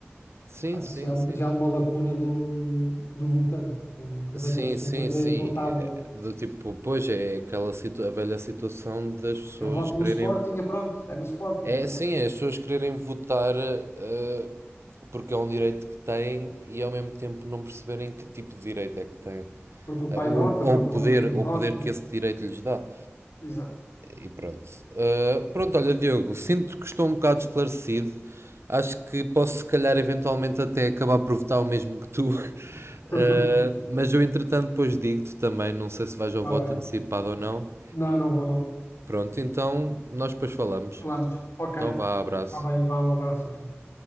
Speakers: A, on the right; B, on the left.
A: sim,
B: Pá,
A: sim,
B: isso já, é um,
A: sim.
B: já é uma lacuna do, do votante, que noventa
A: Sim,
B: por cento
A: sim,
B: das
A: sim.
B: vezes não sabe.
A: É Do tipo, pois é é aquela situ a velha situação das pessoas
B: Eu voto
A: quererem.
B: no Sporting e pronto, é no Sporting,
A: É
B: pronto.
A: sim, é as pessoas quererem votar eh, porque é um direito que têm e ao mesmo tempo não perceberem que tipo de direito é que têm.
B: Porque o
A: Eh,
B: pai
A: Ou,
B: vota,
A: ou
B: porque
A: o poder,
B: o vizinho
A: ou
B: vota.
A: o poder que esse direito lhes dá.
B: Exato.
A: E pronto. Ah, pronto, olha, Diogo, sinto que estou um bocado esclarecido. Acho que posso, se calhar, eventualmente até acabar por votar o mesmo que tu. <laughs>
B: <laughs>
A: Ah, mas eu, entretanto, depois digo-te também. Não sei se vais ao
B: Ah,
A: voto
B: bem.
A: antecipado ou não.
B: Não, não vou, não vou.
A: Pronto, então nós depois falamos.
B: Falamos. Ok.
A: Então vá, abraço.
B: Tá bem, vá, um abraço. Tchau, tchau.